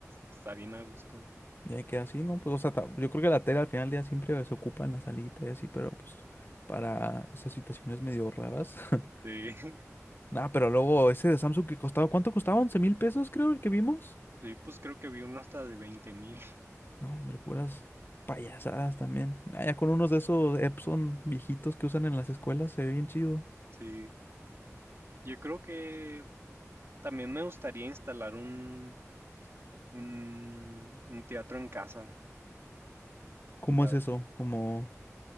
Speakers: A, on the right; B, on the left.
A: está bien a gusto.
B: Y ahí queda así, ¿no? Pues, o sea, ta- yo creo que la tela al final del día siempre se ocupa en la salita y así, pero pues para esas situaciones medio raras. <laughs>
A: Sí, <laughs>
B: Nah, pero luego ese de Samsung que costaba, ¿cuánto costaba? once mil pesos, creo, el que vimos.
A: sí, pues creo que vi uno hasta de veinte mil.
B: No, hombre, puras payasadas también. Ah, ya con unos de esos Epson viejitos que usan en las escuelas se ve bien chido.
A: Sí. Yo creo que también me gustaría instalar un, un, un teatro en casa.
B: ¿Cómo
A: La-
B: es eso? Como,